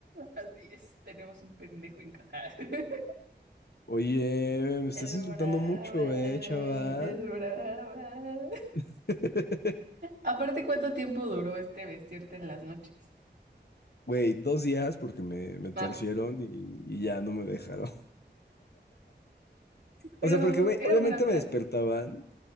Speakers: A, on the right; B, on the left.
A: Así es, tenemos un pendejo en casa. <laughs>
B: <laughs> Oye, me estás
A: Es
B: insultando
A: brava,
B: mucho, eh, chava.
A: es brava.
B: <laughs>
A: Aparte, ¿cuánto tiempo duró este vestirte en las noches?
B: Güey, dos días porque me, me torcieron
A: Ah,
B: y, y ya no me dejaron.
A: pero
B: O sea, porque, güey,
A: era
B: obviamente
A: un gran plan.
B: me despertaban.